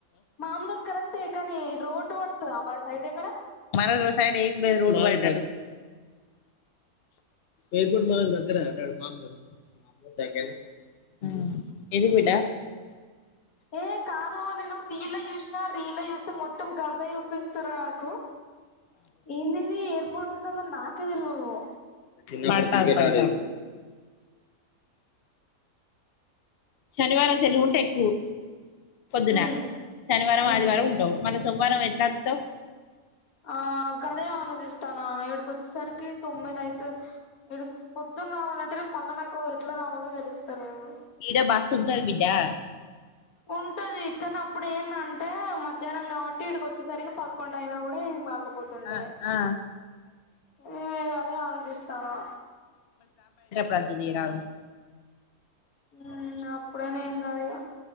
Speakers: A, on the left; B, on the left.
A: మామ్ నూరు కరెక్టే కానీ రోడ్డు వడుతదా మనసైడ్ ఏమన్నా
B: మన రోడ్ సైడ్ ఏం లేదు రోడ్ బైట ఏర్పోర్ట్ మనకి దగ్గరే న డాడి మామ్నూర్ ఉమ్మ్ మామునూర్ దగ్గరే ఆ ఎంది బిడ్డ
A: ఏ కాదు నేను రీల యుషిన రీల యుస్తే మొత్తం గవ్వే చూ పిస్తరు నాకు ఎందిది ఏర్పోట్ వడుతందనీ నాకే తెల్వదు
B: <unintelligible> విన్నా అంటె శనివారం సెల్వుంటే ఎక్కు పొద్దున
A: ఉమ్,
B: శనివారం,
A: ఉమ్.
B: ఆదివారం ఉంటవ్ మల్ల సోమవారం ఎట్లా అందుతవ్
A: ఆ గదే ఆలోచిస్తానా ఇడికి ఓచ్చేసరికి తొమ్మిదయితే ఇడికి పో పొద్దున రావాలంటే మళ్ళా నాకు ఎట్ల రావాలో దెలుస్త లేదు
B: ఈడ బస్సు ఉంటది బిడ్డా
A: ఉంటది కానప్పుడు ఏందంటే మధ్యానం కావట్టి ఇడి చిచ్చేసరికి పదకొండయినా గూడా ఏం గాకపోతుండే.
B: ఆ ఆ
A: ఏ ఇగ అదే ఆలోచిస్తానా
B: వద్దు ధియరాదు
A: ఉమ్ అప్పుడైన ఏం కాద్ ఇగ